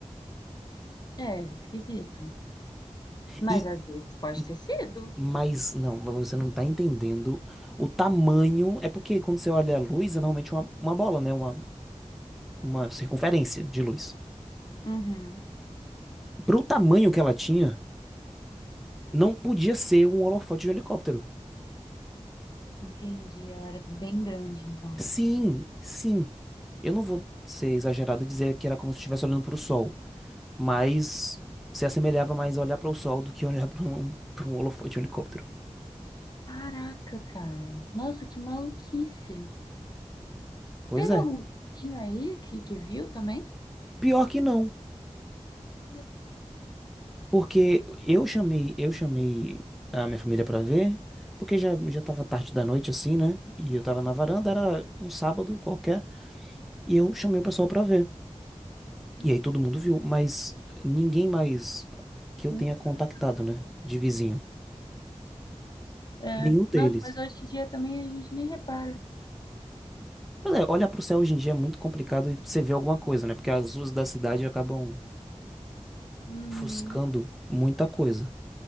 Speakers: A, on the left; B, in the centre.
A: É, esquisito. Mas
B: E,
A: às vezes pode
B: e,
A: ter sido.
B: mas não, mas você não tá entendendo o tamanho. É porque quando você olha a luz, é normalmente uma, uma bola, né? Uma, uma circunferência de luz.
A: Uhum,
B: Pro tamanho que ela tinha, não podia ser um holofote de um helicóptero.
A: entendi. Ela era bem grande, então.
B: Sim, sim. Eu não vou ser exagerado e dizer que era como se estivesse olhando para o sol, mas se assemelhava mais a olhar para o sol do que olhar para um, para um holofote de um helicóptero.
A: Caraca, cara. Nossa, que maluquice.
B: Pois
A: Teve
B: é.
A: algum vizinho aí que, que viu também?
B: Pior que não,
A: Olha só.
B: porque eu chamei, eu chamei a minha família para ver, porque já já estava tarde da noite assim, né? E eu tava na varanda, era um sábado qualquer, e eu chamei o pessoal para ver.
A: Hum,
B: E aí todo mundo viu, mas ninguém mais que eu
A: ninguém
B: tenha
A: reparou.
B: contactado, né, de vizinho.
A: É,
B: Nenhum
A: nossa,
B: deles.
A: mas hoje em dia também a gente nem repara.
B: Mas é, olhar pro céu hoje em dia é muito complicado e você ver alguma coisa, né? Porque as luzes da cidade acabam
A: Uhum.
B: ofuscando muita coisa.